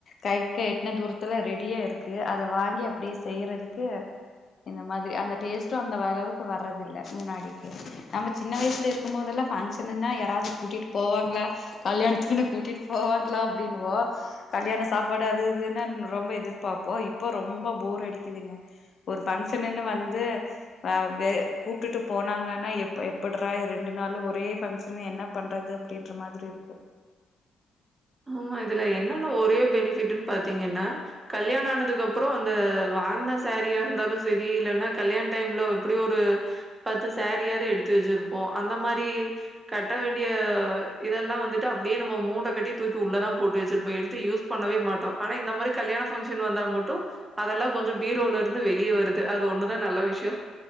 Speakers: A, on the left; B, on the right.
A: கைக்கு எட்டன தூரத்துல ரெடியா இருக்கு அத வாங்கி அப்புடியே செய்யறதுக்கு இந்த மாதிரி அந்த டேஸ்ட்டு அந்த அளவுக்கு வர்றது இல்ல முன்னாடிக்கி நம்ம சின்ன வயசுல இருக்குபோதெல்லா ஃபங்ஷனுன்னா யாராது கூட்டிட்டு போவாங்களா கல்யாணத்துக்குன்னு கூட்டிட்டு போவாங்களா அப்புடின்னுவோ கல்யாண சாப்பாடு அது இதுன்னு ரொம்ப எதிர்பாப்போ இப்போ ரொம்ப ஃபோர் அடிக்குதுங்க ஒரு ஃபங்ஷன்னுனு வந்து ஆ வெ கூப்புடுட்டு போனாங்கனா எப்ப எப்டுறா இது ரெண்டு நாளு ஒரே பங்க்ஷனு என்ன பண்றது அப்புடின்ற மாதிரி இருக்கு
B: ஆமா இதுல என்னன்னு ஒரே பெனிபிட்ன்னு பாத்தீங்கன்னா கல்யாண ஆனதுக்கு அப்பறோ அந்த வாங்ன சேரீயா இருந்தாலு சேரி இல்லன்னா கல்யாண டைம்ல எப்புடி ஒரு பத்து சேரியாது எடுத்து வச்சிருப்போ அந்த மாரி கட்ட வேண்டிய இதெல்லா வந்துட்டு அப்புடியே நம்ம மூட்ட கட்டி தூக்கி உள்ளதா போட்டு வச்சிருப்போ எடுத்து யூஸ் பண்ணவே மாட்டோ ஆனா இந்த மாரி கல்யாண பங்க்ஷன் வந்தா மட்டு அதெல்லா கொஞ்ச பீரோல்லா இருந்து வெளியே வருது அது ஒண்ணுதா நல்ல விஷ்யோ